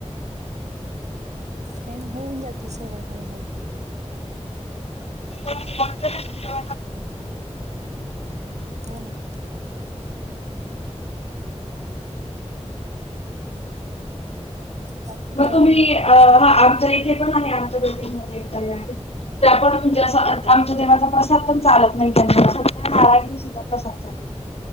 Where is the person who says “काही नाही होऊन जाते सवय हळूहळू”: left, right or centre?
Right